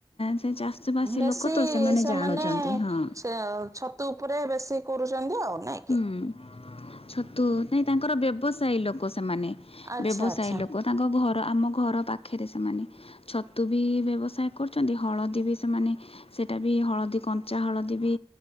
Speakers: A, on the left; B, on the right.
A: ସେ ଚାଷବାସି
B: ବେଶୀ
A: ଲୋକ ତ
B: ସେମାନେ
A: ଜାଣୁଛନ୍ତି ହଁ
B: ସେ ଛତୁ ଉପରେ ବେଶୀ କରୁଛନ୍ତି ଆଉ ନାଇଁ ଓେ।
A: ହୁଁ ଛତୁ ନାଇଁ ତାଙ୍କର ବ୍ୟବସାୟୀ ଲୋକ ସେମାନେ।
B: ଆଚ୍ଛା
A: ବ୍ୟବସାୟୀ
B: ଆଚ୍ଛା
A: ଲୋକ ତାଙ୍କ ଘର ଆମ ଘର ପାଖରେ ସେମାନେ ଛତୁ ବି ବ୍ୟବସାୟ କରୁଛନ୍ତି ହଳଦୀ ବି ସେମାନେ ସେଇଟା ବି ହଳଦୀ କଞ୍ଚା ହଳଦୀ ବି